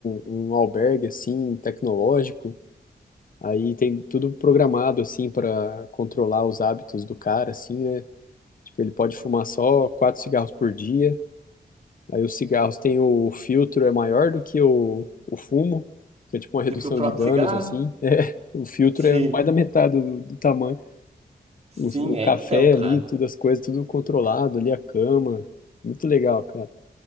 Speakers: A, on the left (about 60°); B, on the right (about 40°).
A: um um albergue, assim, tecnológico. Aí tem tudo programado, assim, para controlar os hábitos do cara, assim, né? Tipo, ele pode fumar só quatro cigarros por dia. Aí os cigarros têm o, o filtro é maior do que o, o fumo, que é tipo uma redução
B: Do que o próprio
A: de danos,
B: cigarro?
A: assim. <laughs> É, o filtro
B: Sim.
A: é mais da metade do, do tamanho.
B: Sim,
A: O, o
B: é
A: café
B: então, cara.
A: ali, tudo as coisas, tudo controlado ali, a cama. Muito legal, cara.